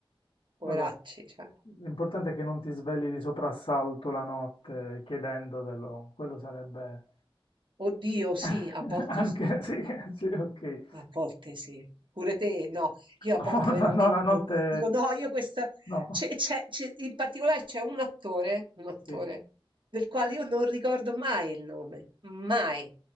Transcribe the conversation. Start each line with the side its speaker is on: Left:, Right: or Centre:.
Right: poveracci,
Left: Vabbè,
Right: cioè.
Left: l'importante è che non ti svegli di soprassalto la notte chiedendotelo, quello sarebbe
Right: Oddio sì,
Left: <laughs>
Right: a volte
Left: anche
Right: sì.
Left: sì, sì, ok.
Right: A volte sì. Pure te? No, io
Left: No,
Right: a volte
Left: <laughs>
Right: veramente
Left: no, la notte
Right: dico no, io questa...
Left: no,
Right: C'è, c'è- c'è- in particolare c'è un attore, un attore,
Left: sì.
Right: del quale io non ricordo mai il nome, mai.